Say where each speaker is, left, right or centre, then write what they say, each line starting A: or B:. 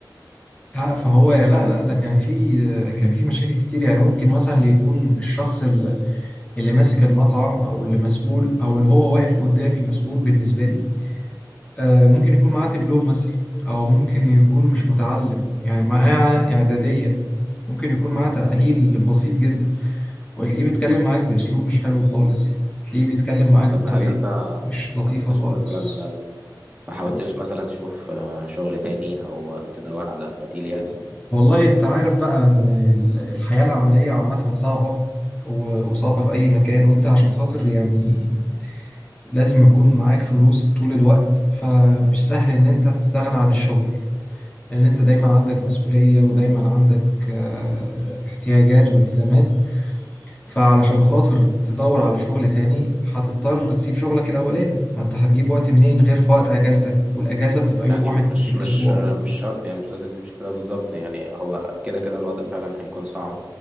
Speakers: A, on the left; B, on the right.
A: لا فهو لا لا ده كان في كان في مشاكل كتير يعني ممكن مثلا اللي يكون الشخص ال- اللي ماسك المطعم او اللي مسؤول او اللي هو واقف قدامي مسؤول بالنسبه لي آه، ممكن يكون معاه دبلوم مثلا او ممكن يكون مش متعلم يعني معاه اعداديه ممكن يكون معاه تاهيل بسيط جدا وتلاقيه بيتكلم معاك باسلوب مش حلو خالص تلاقيه بيتكلم معاك بطريقه
B: طب هل انت ما
A: مش لطيفه
B: حاولتش
A: خالص
B: مثلا ما حاولتش مثلا تشوف آه، شغل تاني او تدور على بديل يعني
A: والله انت عارف بقى ان ال- الحياة العملية عامة صعبة و- وصعبة في اي مكان وانت عشان خاطر يعني لازم يكون معاك فلوس طول الوقت فمش سهل ان انت تستغنى عن الشغل لان انت دايما عندك مسؤولية ودايما عندك آه، احتياجات والتزامات فعلشان خاطر تدور على شغل تاني هتضطر تسيب شغلك الاولاني ما انت هتجيب وقت منين غير في وقت اجازتك والاجازة بتبقى
B: يعني
A: يوم واحد
B: مش
A: في الاسبوع
B: مش مش شرط يعني مش لازم تمشي كده بالظبط يعني هو كده كده الوضع فعلا هيكون صعب